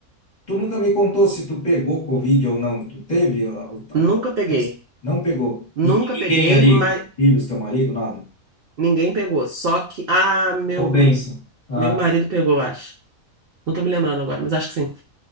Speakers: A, on the left; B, on the right.
A: tu nunca me contou se tu pegou Covid ou não. Tu teve a, a, a
B: Nunca
A: tal da
B: peguei.
A: peste? Não pegou.
B: Nunca
A: Ni- Ninguém
B: peguei,
A: ali,
B: mas
A: teus filhos, teu marido, nada.
B: ninguém pegou. Só que. Ah, meu,
A: Ô, bênção. Ah,
B: meu marido pegou, acho. Não tô me lembrando agora, mas acho que sim.